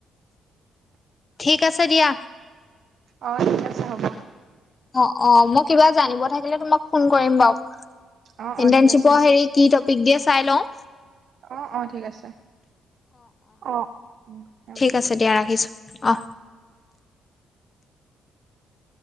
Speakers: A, on the left (about 30°); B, on the right (about 65°).
A: ঠিক আছে দিয়া।
B: অ ঠিক আছে হ'ব।
A: অ অ মই কিবা জানিব থাকিলে তোমাক ফোন কৰিম বাৰু
B: অ অ
A: ইণ্টাৰ্নশ্বিপৰ
B: ঠিক আছে হ'ব
A: হেৰি কি টপিক দিয়ে চাই লওঁ।
B: অ, অ ঠিক আছে অ হব
A: ঠিক
B: উ উ।
A: আছে দিয়া ৰাখিছোঁ অ'।
B: <inaudible>